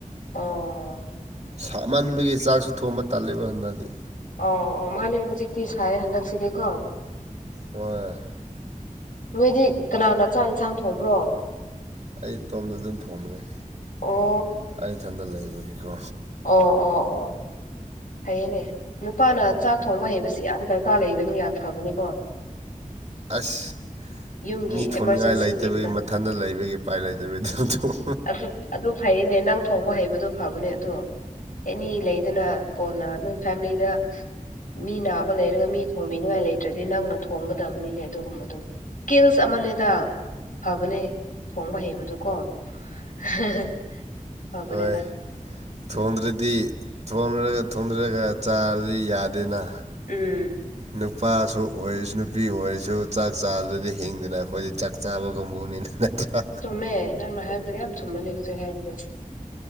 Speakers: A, on the left; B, on the right.
A: ꯑꯣ
B: ꯁꯥꯃꯟꯕꯒꯤ ꯆꯥꯛꯁꯨ ꯊꯣꯡꯕ ꯇꯥꯜꯂꯤꯕ ꯍꯟꯗꯗꯤ
A: ꯑꯣ ꯑꯣ ꯃꯥꯅꯦ ꯍꯧꯖꯤꯛꯇꯤ ꯁꯥꯏꯌ‌ꯦ ꯍꯟꯗꯛꯁꯤꯗꯤꯀꯣ꯫
B: ꯋꯥ
A: ꯅꯣꯏꯗꯤ ꯀꯅꯥꯅ ꯆꯥꯛ ꯑ‌ꯦꯟꯁꯥꯡ ꯊꯣꯡꯕ꯭ꯔꯣ꯫
B: ꯑꯩ ꯇꯣꯝꯅ ꯑꯗꯨꯝ ꯊꯣꯡꯕꯅꯤ
A: ꯑꯣ
B: ꯑꯩ ꯏꯊꯟꯗ ꯂꯩꯕꯒꯤꯀꯣ
A: ꯑꯣ ꯑꯣ ꯑꯣ ꯑꯣ ꯐꯩꯌꯦꯅꯦ ꯅꯨꯄꯥꯅ ꯆꯥꯛ ꯊꯣꯡꯕ ꯍꯩꯕꯁꯤ ꯌꯥꯝ ꯗꯔꯀꯥꯔ ꯂꯩꯕꯅꯤ ꯌꯥꯝ ꯐꯕꯅꯤꯀꯣ <inaudible>
B: ꯑꯁ
A: ꯌꯨꯝꯒꯤ
B: ꯃꯤ
A: ꯑꯦꯃꯥꯔꯖꯦꯟꯁꯤ
B: ꯊꯣꯟꯅꯤꯡꯉꯥꯏ ꯂꯩꯇꯕꯒꯤ
A: ꯂꯩꯕꯗ
B: ꯃꯊꯟꯇ ꯂꯩꯕꯒꯤ ꯎꯄꯥꯏ ꯂꯩꯇꯕꯒꯤ ꯑꯗꯨꯝ ꯊꯣꯛ
A: ꯑꯗꯨ ꯑꯗꯨ ꯐꯩꯌꯦꯅꯦ ꯅꯪ ꯊꯣꯡꯕ ꯍꯩꯕꯗꯣ ꯐꯕꯅꯦ ꯑꯗꯣ ꯑꯦꯅꯤ ꯂꯩꯗꯅ ꯀꯣꯟꯅ ꯅꯣꯏ ꯐꯦꯃꯤꯂꯤꯒ ꯃꯤ ꯅꯥꯕ ꯂꯩꯔꯒ ꯃꯤ ꯊꯣꯡꯕꯤꯅꯤꯉꯥꯏ ꯂꯩꯇ꯭ꯔꯗꯤ ꯅꯪꯅ ꯊꯣꯡꯒꯗꯕꯅꯤꯅꯦ ꯑꯗꯨꯒꯨꯝꯕꯗꯨ꯫ ꯀꯤꯜꯁ ꯑꯃꯅꯦꯗ ꯐꯕꯅꯦ ꯊꯣꯡꯕ ꯍꯩꯕꯗꯨꯀꯣ <unintelligible> ꯐꯕꯅꯦꯗ
B: ꯍꯣꯏ ꯊꯣꯡꯗ꯭ꯔꯗꯤ ꯊꯣꯡꯉ ꯊꯣꯡꯗ꯭ꯔꯒ ꯆꯥꯔꯗꯤ ꯌꯥꯗꯦꯅ
A: ꯎꯝ
B: ꯅꯨꯄꯥꯁꯨ ꯑꯣꯏꯔꯁꯨ ꯅꯨꯄꯤ ꯑꯣꯏꯔꯁꯨ ꯆꯥꯛ ꯆꯥꯗ꯭ꯔꯗꯤ ꯍꯤꯡꯗꯅ ꯑꯩꯈꯣꯏꯗꯤ ꯆꯥꯛ ꯆꯥꯕ ꯀꯥꯡꯕꯨꯅꯤꯅ ꯅꯠꯇ‌ꯦ ꯍꯥ꯫
A: ꯆꯨꯝꯃꯦ ꯅꯪꯅ ꯍꯥꯏꯕ ꯌꯥꯝ ꯆꯨꯝꯕꯅ‌ꯦ ꯍꯧꯖꯤꯛ ꯍꯥꯏꯕꯗ